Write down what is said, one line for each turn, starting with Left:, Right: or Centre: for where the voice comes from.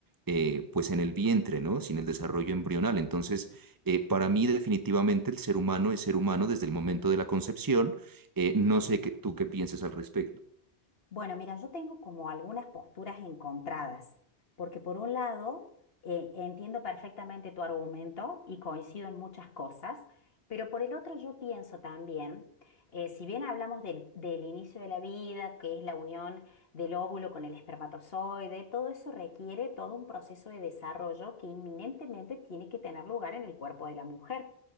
Right: eh, pues en el vientre, ¿no? Sin el desarrollo embrional. Entonces, eh, para mí, definitivamente, el ser humano es ser humano desde el momento de la concepción. Eh, no sé qué- tú qué pienses al respecto.
Left: Bueno, mira, yo tengo como algunas posturas encontradas, porque por un lado eh, entiendo perfectamente tu argumento y coincido en muchas cosas, pero por el otro yo pienso también, eh, si bien hablamos del, del inicio de la vida, que es la unión del óvulo con el espermatozoide, todo eso requiere todo un proceso de desarrollo que inminentemente tiene que tener lugar en el cuerpo de la mujer.